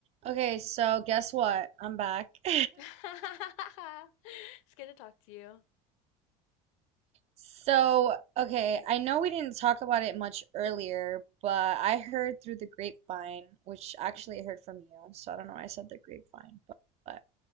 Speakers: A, on the right; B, on the left.
A: Okay, so guess what? I'm back. <laughs>
B: <laughs> It's good to talk to you.
A: So, okay, I know we didn't talk about it much earlier, but I heard through the grapevine, which actually I heard from you, so I don't know why I said the grapevine, but, but